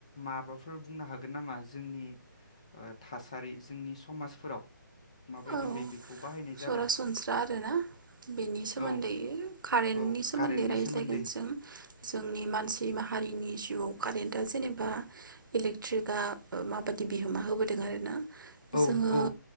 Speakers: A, on the left; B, on the right.
A: माबाफोर बुंनो हागोन नामा जोंनि थासारि जोंनि समाजफोराव माबायदिहै
B: औ
A: बेखौ बाहायनाय
B: सरासनस्रा
A: जादों
B: आरोना बेनि सोमोन्दै
A: औ
B: कारेन्टनि
A: औ
B: सोमोन्दै
A: कारेन्टनि
B: रायज्लायगोन
A: सोमोन्दै
B: जों जोंनि मानसि माहारिनि जिउआव कारेन्टआ जेनेबा इलेक्ट्रिकआ माबायदि बिहोमा होबोदों आरोना
A: औ
B: जोङो
A: औ